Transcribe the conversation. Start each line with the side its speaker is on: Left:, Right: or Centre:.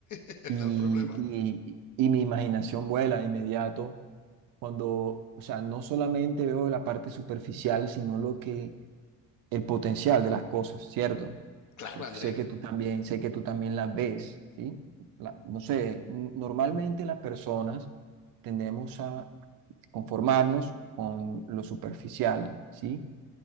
Left: <laughs>
Right: y,
Left: no hay problema.
Right: y, y mi imaginación vuela de inmediato cuando, o sea, no solamente veo la parte superficial, sino lo que, el potencial de las cosas, ¿cierto?
Left: Claro,
Right: porque
Left: André.
Right: sé que tú también, sé que tú también las ves, ¿sí? La- no sé, n- normalmente las personas tendemos a conformarnos con lo superficial, ¿sí?